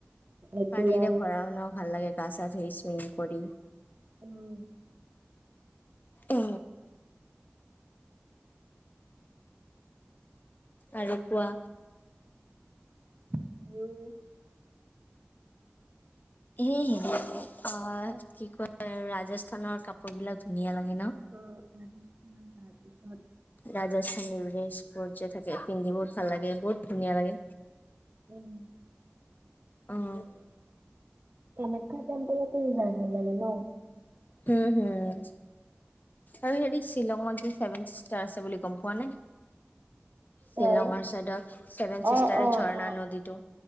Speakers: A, on the right; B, on the left.
A: একলেণ্ড
B: পানীৰে ভৰা শুনাও ভাল লাগে <unintelligible> চুইং কৰি
A: উম,
B: অ আৰু কোৱা
A: <unintelligible>
B: এ হে অ কি কয় ৰাজস্থানৰ কাপোৰ বিলাক ধুনীয়া লাগে ন
A: আহ, ৰাজস্থান, তাৰপিছত
B: ৰাজ <unintelligible> থাকে পিন্ধি বুত ভাল লাগে বহুত ধুনীয়া লাগে
A: উম <unintelligible>
B: অ',
A: তেনেখ্যা কেন্ত <unintelligible> ভাল লাগে ন?
B: উম হম আৰু হেৰি শ্বিলংত যে চছেভেন চষ্টাৰ আছে বুলি গম পোৱা নে শ্বিলঙৰ
A: তাৰ
B: চাইডত ছেভেন
A: অ',
B: চিষ্টাৰ
A: অ',
B: ঝৰ্ণা
A: অ',
B: নদীটো